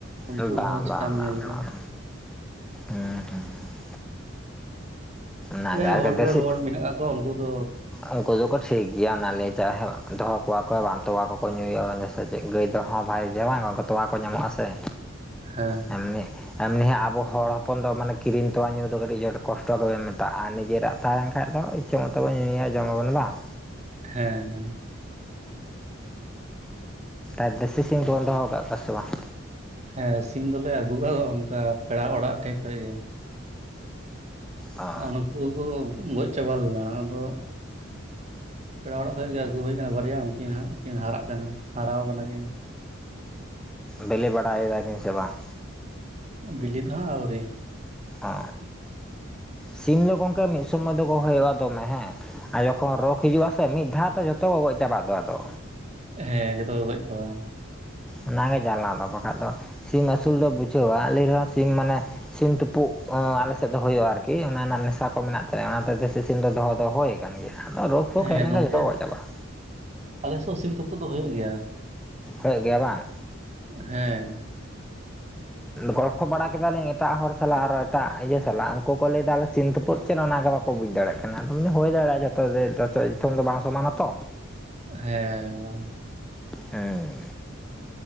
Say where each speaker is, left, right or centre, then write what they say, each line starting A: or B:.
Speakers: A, on the right; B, in the centre.
A: ᱩᱱᱠᱩ
B: ᱵᱟᱝ
A: ᱦᱚᱸ
B: ᱵᱟᱝ
A: ᱪᱤᱠᱟᱢ
B: ᱵᱟᱝ
A: ᱧᱮᱞ
B: ᱵᱟᱝ
A: ᱠᱚᱣᱟ᱾
B: ᱦᱩᱸ ᱦᱩᱸ ᱚᱱᱟᱜᱮ
A: ᱡᱟᱦᱟᱸᱭ
B: ᱟᱨ
A: ᱦᱚᱲ
B: ᱫᱮᱥᱤ
A: ᱡᱚᱲ ᱦᱚᱲ ᱢᱮᱱᱟᱜ ᱠᱟᱫ ᱠᱚᱣᱟ ᱩᱱᱠᱩ ᱫᱚᱼᱼ
B: ᱩᱱᱠᱩ ᱫᱚᱠᱚ ᱴᱷᱤᱠ ᱜᱮᱭᱟ ᱱᱟᱜ ᱡᱟᱦᱟᱸ ᱫᱚᱦᱚ ᱠᱚᱣᱟ ᱠᱚ ᱵᱟᱝ ᱛᱚᱣᱟ ᱠᱚᱠᱚ ᱧᱩᱭᱟ ᱥᱟ ᱪᱮᱫᱼᱼ ᱜᱟᱹᱭ ᱫᱚᱦᱚᱸ ᱵᱷᱟᱜᱮ ᱜᱮᱭᱟ ᱵᱟᱝ ᱚᱝᱠᱟ ᱛᱚᱣᱟ ᱠᱚ ᱧᱟᱢᱚᱜᱼᱟ ᱥᱮ
A: ᱦᱮᱸ
B: ᱮᱢᱱᱤᱼᱼ ᱮᱢᱱᱤ ᱟᱵᱚ ᱦᱚᱲ ᱦᱚᱯᱚᱱ ᱫᱚ ᱢᱟᱱᱮ ᱠᱤᱨᱤᱧ ᱛᱚᱣᱟ ᱧᱩ ᱫᱚ ᱠᱟᱹᱴᱤᱡ ᱟᱸᱴ ᱠᱚᱥᱴᱚᱼᱼ ᱟᱜ ᱟᱨ ᱱᱤᱡᱮᱨᱟᱜ ᱛᱟᱦᱮᱸ ᱞᱮᱱ ᱠᱷᱟᱡ ᱫᱚ ᱤᱪᱪᱷᱟᱹ ᱢᱚᱛᱚᱵᱚᱱ ᱧᱩᱭᱟ ᱡᱚᱢᱟᱵᱚᱱ ᱵᱟᱝ
A: ᱦᱮᱸ ᱦᱮᱸ
B: ᱟᱨ ᱫᱮᱥᱤ ᱥᱤᱢ ᱠᱚᱵᱚᱱ ᱫᱚᱦᱚ ᱟᱠᱟᱫ ᱠᱚᱣᱟ ᱥᱮ ᱵᱟᱝ?
A: ᱦᱮᱸ ᱥᱤᱢ ᱫᱚᱞᱮ ᱟᱹᱜᱩ ᱠᱟᱫ ᱠᱚᱣᱟ ᱚᱱᱠᱟ ᱯᱮᱲᱟ ᱚᱲᱟᱜ ᱴᱷᱮᱡ ᱠᱷᱚᱡ ᱜᱮ
B: ᱚ
A: ᱚᱱᱟ ᱩᱱᱠᱚ ᱦᱚᱸᱠᱚ ᱜᱚᱡ ᱪᱟᱵᱟ ᱞᱮᱱᱟ ᱟᱫᱚᱼᱼ ᱯᱮᱲᱟ ᱚᱲᱟᱜ ᱠᱷᱚᱡ ᱜᱮ ᱟᱹᱜᱩ ᱦᱩᱭ ᱟᱠᱟᱱᱟ ᱵᱟᱨᱭᱟ ᱩᱱᱠᱤᱱ ᱦᱟᱸᱜ ᱠᱤᱱ ᱦᱟᱨᱟᱜ ᱠᱟᱱᱟ ᱦᱟᱨᱟ ᱟᱠᱟᱱᱟ ᱠᱤᱱ᱾
B: ᱵᱮᱹᱞᱮᱹ ᱵᱟᱲᱟ ᱭᱮᱫᱟ ᱠᱤᱱ ᱥᱮ ᱵᱟᱝ?
A: ᱵᱤᱞᱤ ᱫᱚ ᱦᱟᱸᱜ ᱟᱹᱣᱨᱤᱼᱼ
B: ᱚ ᱥᱤᱢ ᱫᱚ ᱜᱚᱢᱠᱮ ᱢᱤᱫ ᱥᱚᱢᱚᱭ ᱫᱚᱠᱚ ᱦᱩᱭᱩᱜᱼᱟ ᱫᱚᱢᱮ ᱦᱮᱸ, ᱟᱭᱚᱼᱼ ᱠᱷᱚᱱ ᱨᱳᱜᱽ ᱦᱤᱡᱩᱜᱼᱟ ᱥᱮ ᱢᱤᱫ ᱫᱷᱟᱣ ᱛᱮ ᱡᱚᱛᱚ ᱠᱚ ᱜᱚᱡ ᱪᱟᱵᱟᱜ ᱫᱚ ᱟᱫᱚ᱾
A: ᱦᱮᱸ ᱡᱚᱛᱚ ᱠᱚ ᱜᱚᱡ ᱪᱟᱵᱟᱜᱼᱟ᱾
B: ᱚᱱᱟᱜᱮ ᱡᱟᱱᱟᱞᱟ ᱫᱚ ᱵᱟᱠᱷᱟᱡ ᱫᱚ ᱥᱤᱢ ᱟᱹᱥᱩᱞ ᱫᱚ ᱵᱩᱡᱷᱟᱹᱣᱟ ᱟᱞᱤᱧ ᱨᱮᱦᱚᱸ ᱥᱤᱢ ᱢᱟᱱᱮᱼᱼ ᱥᱤᱢ ᱛᱩᱯᱩᱜ ᱟᱞᱮ ᱥᱮᱫ ᱫᱚ ᱦᱩᱭᱩᱜᱼᱟ ᱟᱹᱨᱠᱤ, ᱚᱱᱟ ᱨᱮᱱᱟᱜ ᱱᱮᱥᱟ ᱠᱚ ᱢᱮᱱᱟᱜ ᱛᱮ ᱚᱱᱟ ᱛᱮ ᱫᱮᱥᱤ ᱥᱤᱢ ᱫᱚᱦᱚ ᱫᱚ ᱦᱳᱭ ᱠᱟᱱ ᱜᱮᱭᱟ, ᱨᱳᱜᱽ ᱯᱷᱳᱜᱽ ᱦᱮᱡ
A: ᱦᱮᱸ
B: ᱞᱮᱱᱠᱷᱟᱱ
A: ᱱᱚᱱᱛᱮ
B: ᱡᱚᱛᱚ ᱠᱚ ᱜᱚᱡ ᱪᱟᱵᱟᱜᱼᱟ᱾
A: ᱟᱞᱮ ᱥᱮ ᱥᱤᱢ ᱛᱩᱯᱩᱜ ᱫᱚ ᱦᱩᱭᱩᱜ ᱜᱮᱭᱟ᱾
B: ᱦᱳᱯᱳᱜ ᱜᱮᱭᱟ ᱵᱟᱝ᱾
A: ᱦᱮᱸ
B: ᱜᱚᱞᱯᱷᱚ ᱵᱟᱲᱟ ᱠᱮᱫᱟ ᱞᱤᱧ ᱮᱴᱟᱜ ᱦᱚᱲ ᱥᱟᱞᱟᱜ ᱟᱨᱚ ᱮᱴᱟᱜ ᱤᱭᱟᱹ ᱥᱟᱞᱟᱜ, ᱩᱱᱠᱩ ᱠᱚ ᱞᱟᱹᱭ ᱮᱫᱟ ᱟᱞᱮ ᱥᱤᱢ ᱛᱩᱯᱩᱫ ᱪᱮᱫ ᱚᱱᱟᱜᱮ ᱵᱟᱠᱚ ᱵᱩᱡᱽ ᱫᱟᱲᱮᱭᱟᱜ ᱠᱟᱱᱟ ᱟᱫᱚ ᱢᱟᱱᱮ ᱦᱩᱭ ᱫᱟᱲᱮᱭᱟᱜᱼᱟ ᱡᱚᱛᱚ ᱜᱮ ᱡᱚᱛᱚ ᱫᱤᱥᱚᱢ ᱫᱚ ᱵᱟᱝ ᱥᱚᱢᱟᱱᱟᱛᱚ᱾
A: ᱦᱮᱸ
B: ᱦᱮᱸ